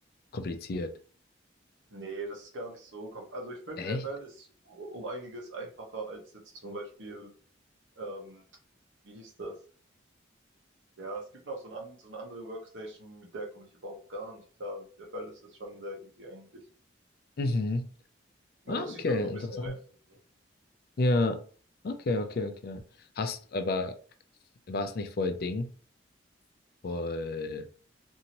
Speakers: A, on the left (about 50°); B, on the right (about 75°).
A: kompliziert.
B: Ne, das ist gar nicht so kom also ich finde,
A: Echt?
B: FL ist um einiges einfacher als jetzt zum Beispiel, ähm wie hieß das? Ja, es gibt noch so ein an so 'ne andere Workstation, mit der komme ich überhaupt gar nicht klar. Mit der FL ist das schon sehr easy eigentlich.
A: Mhm.
B: Man
A: Ah,
B: muss
A: okay,
B: sich nur so ein bisschen
A: interessant.
B: reinfinden.
A: Ja, okay, okay, okay. Hast, aber war es nicht voll Ding, voll